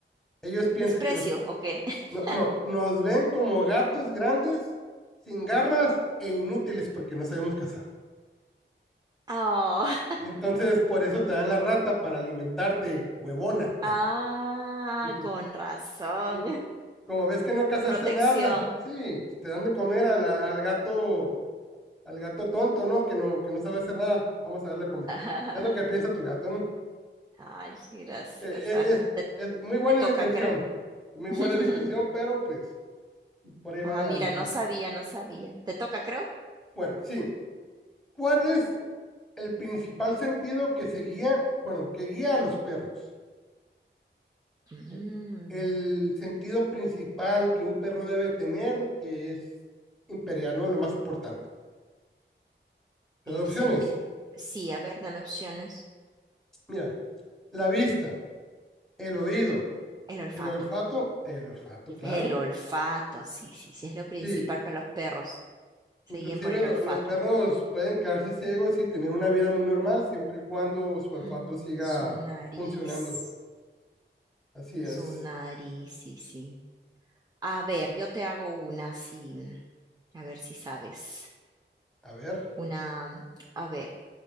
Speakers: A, in the centre; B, on the right.
A: Ellos piensan
B: ¿Desprecio
A: que nos,
B: o qué? <laughs>
A: no, no, nos ven como gatos grandes, sin garras e inútiles porque no sabemos cazar.
B: Oh.
A: Y entonces por eso te dan la rata para alimentarte, huevona.
B: Ah,
A: Dije,
B: con razón.
A: "Y como ves que no cazaste
B: Protección.
A: nada, sí, pues te dan de comer al, a- al gato, al gato tonto, ¿no? Que no, que no sabe hacer nada. Vamos a darle a comer.
B: <laughs>
A: Es lo que piensa tu gato, ¿no?
B: Ay, gracias.
A: Eh, eh,
B: Ah, te,
A: es,
B: te-
A: es muy buena
B: te toca,
A: la intención,
B: creo.
A: muy
B: <laughs>
A: buena la intención, pero pues por ahí
B: Ah,
A: va la-
B: mira,
A: el asunto.
B: no sabía, no sabía. ¿Te toca, creo?
A: Bueno, sí. ¿Cuál es el principal sentido que se guía, bueno, que guía a los perros?
B: Mm,
A: eh, el sentido principal que un perro debe tener, que es imperial, ¿no? Lo más importante. Las
B: el,
A: opciones,
B: sen- eh, sí, a ver, dame opciones.
A: mira, la vista, el oído,
B: El olfato.
A: el olfato, el olfato, claro.
B: El olfato, sí, sí, sí, es lo principal
A: Sí,
B: para los perros. Se
A: inclusive
B: guían por el
A: lo-
B: olfato.
A: los perros pueden quedarse ciegos y tener una vida muy normal siempre y cuando su olfato
B: Mm,
A: siga
B: Su nariz,
A: funcionando. Así es.
B: su nariz, sí, sí. A ver, yo te hago una sí a ver si sabes.
A: A ver,
B: Una, a ver.